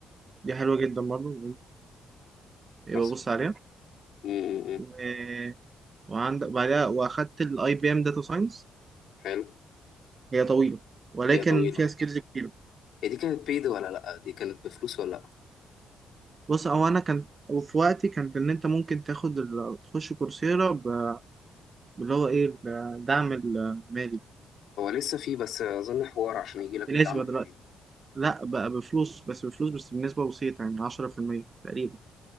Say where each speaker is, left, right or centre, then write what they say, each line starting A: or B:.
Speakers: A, on the right; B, on the left.
A: دي حلوة جدا برضه يبقى
B: حصل
A: بص عليها
B: امم
A: و... وعندك بعدها وأخدت الأي بي إم داتا ساينس
B: حلو
A: هي طويلة ولكن
B: هي طويلة
A: فيها
B: بقى
A: سكيلز كتيرة
B: هي دي كانت بيد ولا لأ دي كانت بفلوس ولا لأ
A: بص هو أنا كان وفي وقتي كانت إن أنت ممكن تاخد ال... تخش كورسيرا ب... باللي هو إيه الدعم المالي
B: هو لسه في بس أظن حوار عشان يجي لك
A: بالنسبة
B: الدعم المالي
A: دلوقتي
B: ده
A: لا بقى بفلوس بس بفلوس بس بنسبة بسيطة يعني 10% تقريبا